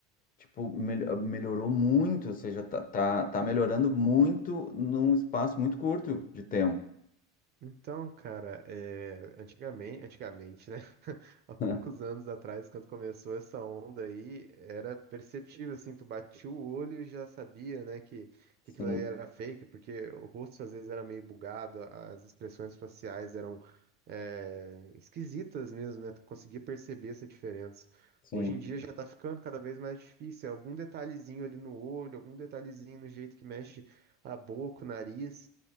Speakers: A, on the left; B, on the right.
A: tipo, mel- melhorou muito, ou seja, tá, tá, tá melhorando muito num espaço muito curto de tempo.
B: Então, cara, é, antigamente, antigamente, né? <laughs> Há poucos
A: <laughs>
B: anos atrás, quando começou essa onda aí, era perceptível, assim, tu batia o olho e já sabia, né, que,
A: Sim,
B: que aquilo ali era fake, porque o rosto às vezes era meio bugado, as expressões faciais eram é, esquisitas mesmo, né? Tu conseguia perceber essa diferença.
A: sim.
B: Hoje em dia já tá ficando cada vez mais difícil, é algum detalhezinho ali no olho, algum detalhezinho no jeito que mexe a boca, o nariz.